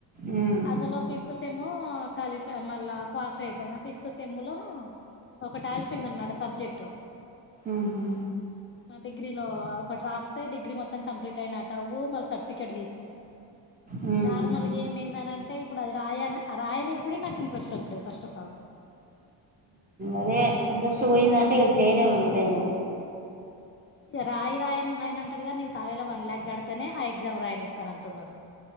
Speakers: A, on the right; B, on the left.
A: ఉమ్
B: అందులో ఫిఫ్త్ సెమ్ క్వాలిఫై మళ్ళా పాస్ అయిపోయిన సిక్స్త్ సెమ్ లో ఒకటాగిపోయింది అన్నమాట సబ్జెక్ట్
A: ఉహు
B: డిగ్రీలో ఒకటి రాస్తే డిగ్రీ మొత్తం కంప్లీట్ అయినట్టు మళ్ళ సర్టిఫికెట్ తీసుకున్నా
A: ఉమ్
B: నార్మల్ గా ఏమైందని అంటే ఇప్పుడు అది రాయ రాయనికి కూడా నాకు ఇంట్రెస్ట్ వస్తలేదు ఫస్ట్ ఆఫ్ ఆల్
A: అదే ఇంట్రెస్ట్ పోయిందంటే ఇక చేయలేం ఏదైనా
B: రాయి రాయని మా ఆయన అంటాడుగానీ నేను కాలేజీ లో వన్ ల్యాక్ కడితేనే ఆ ఎగ్జామ్ రాయనిస్తారు అంటున్నారు